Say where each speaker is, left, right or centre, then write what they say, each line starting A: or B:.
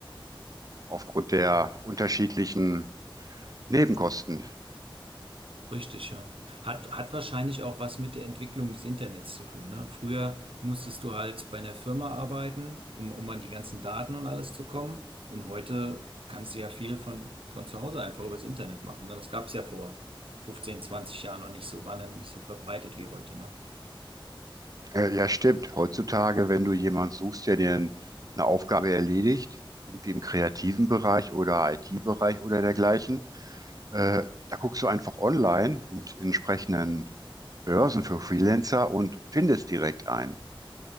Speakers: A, on the right (about 40°); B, on the right (about 75°).
A: aufgrund der
B: Ja.
A: unterschiedlichen Nebenkosten,
B: Richtig, ja. Hat, hat wahrscheinlich auch was mit der Entwicklung des Internets zu tun, ne? Früher musstest du halt bei einer Firma arbeiten, um, um an die ganzen Daten und alles zu kommen. Und heute kannst du ja viel von, von zu Hause einfach übers Internet machen, ne? Das gab es ja vor 15, 20 Jahren noch nicht so, war dann nicht so verbreitet wie heute, ne?
A: Äh, ja, stimmt. Heutzutage, wenn du jemanden suchst, der dir n- eine Aufgabe erledigt, irgendwie im kreativen Bereich oder IT-Bereich oder dergleichen, äh, da guckst du einfach online in in entsprechenden Börsen für Freelancer und findest direkt einen.